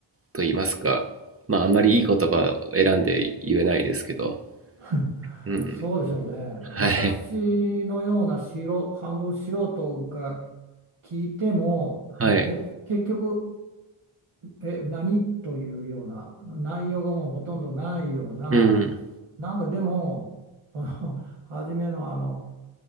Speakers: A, on the right; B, on the right.
A: と言いますかまああんまりいい言葉を選んで言えないですけど
B: <laughs>
A: うん
B: そうでしょうね。私のような素人、
A: はい
B: 半分素人が聞いても、
A: はい
B: え、結局、え、何というような内容がもうほとんどないような、
A: うん
B: なんかでも、あの初めのあの、